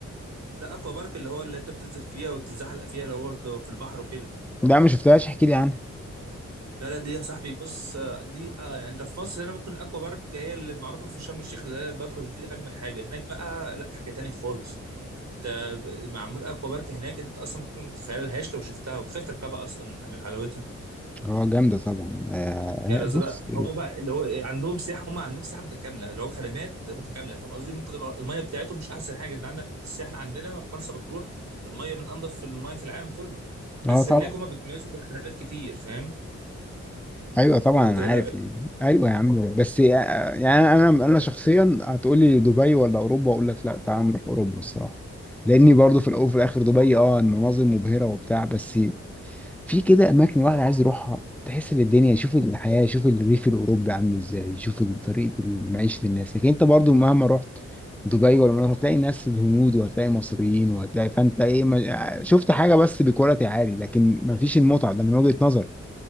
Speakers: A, on the right (about 65°); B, in the centre.
A: لا اكوا بارك اللي هو اللي انت بتنزل فيها وتتزحلق فيها اللي هو بيبقى في البحر وكده
B: ده ما شفتهاش احكي لي عنها
A: لا لا دي يا صاحبي بص آه، دي آه يعني انت في مصر هنا ممكن الاكوا بارك هي اللي معروفه في شرم الشيخ اللي هي الباتروس دي اجمل حاجه هناك بقى لا حاجه تاني خالص انت ب- معمول اكوا بارك هناك انت اصلا ممكن ما تتخيلهاش لو شفتها وتخاف تركبها اصلا من حلاوتها
B: اه جامدة طبعا آه
A: يعني
B: هي-
A: زراعة
B: بص
A: هو بقى اللي هو إيه، عندهم سياحة هم عندهم سياحة متكاملة اللي هو خدمات متكاملة فاهم قصدي ممكن تبقى المية بتاعتهم مش أحسن حاجة أنت عندك ممكن الساحل عندنا في فرنسا بتروح المية من أنظف المية في العالم كله بس
B: اه طبعا
A: هناك هم بيتميزوا بالخدمات كتير فاهم
B: ايوه طبعا
A: أنت
B: انا
A: إيه
B: عارف
A: رأيك؟
B: يعني ايوه يا عم بس يا- يعني انا انا شخصيا هتقولي دبي ولا اوروبا اقول لك لا تعال نروح اوروبا الصراحة لاني برضو في الاول وفي الاخر دبي اه المناظر مبهرة وبتاع بس في كده اماكن الواحد عايز يروحها تحس ان الدنيا يشوف الحياه يشوف الريف الاوروبي عامل ازاي يشوف طريقه معيشه الناس لكن انت برضو مهما رحت دبي ولا مناطق هتلاقي ناس الهنود وهتلاقي مصريين وهتلاقي فانت ايه ما شفت حاجه بس بكواليتي عالي لكن ما فيش المتعه ده من وجهه نظر